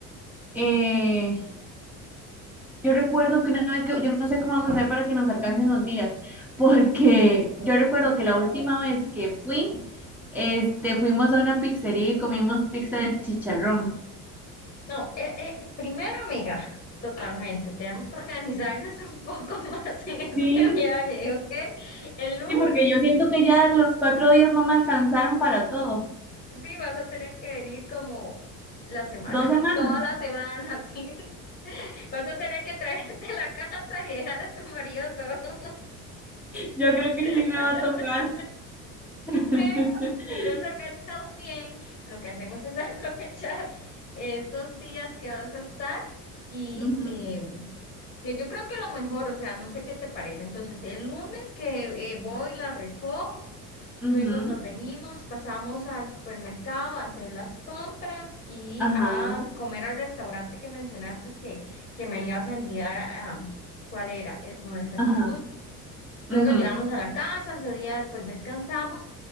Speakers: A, in the centre; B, on the left.
A: eh, Yo recuerdo que una vez que, yo no sé cómo vamos a hacer para que nos alcancen los días, <laughs> porque yo recuerdo que la última vez que fui, este, fuimos a una pizzería y comimos pizza de chicharrón.
B: No, eh, eh, primero, amiga, totalmente, tenemos que organizarnos un poco <laughs> más en este
A: Sí,
B: viaje, ¿ok? El lunes
A: Sí, porque yo siento que ya los cuatro días no me alcanzaron para todo.
B: Sí, vas a tener que venir como la semana,
A: Dos semanas.
B: <laughs> toda la semana, sí. <laughs> Vas a tener que traerte la casa y dejar a tu marido solo.
A: Yo creo que
B: <laughs>
A: sí me va a tocar. <laughs>
B: Pero si nos organizamos bien, lo que hacemos es <laughs> aprovechar esos días que vas a estar y
A: Ujú,
B: em, que yo creo que lo mejor, o sea, no sé qué te parece. Entonces, el lunes que eh, voy, la recojo,
A: ujú,
B: luego nos venimos, pasamos al supermercado a hacer las compras y
A: Ajá,
B: a comer al restaurante que mencionaste que, que me ibas a enviar a... ¿Cuál era? eh, Con exactitud.
A: ajá, ujú,
B: Luego llegamos a la casa, ese día pues descansamos.